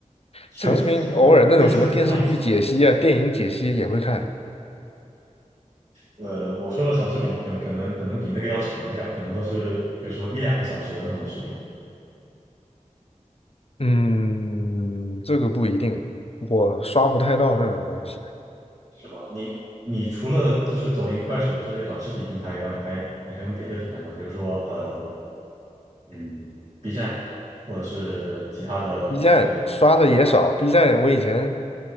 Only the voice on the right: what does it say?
确实，
确实就是不看。
呃，我说的长视频可可能可能比那个要长一点，可能都是比如说一两个小时的那种视频，
是吗？你你除了就是抖音、快手这类短视频平台以外，你还你还用别的平台吗？比如说，呃，嗯，B 站，或者是其他的一些，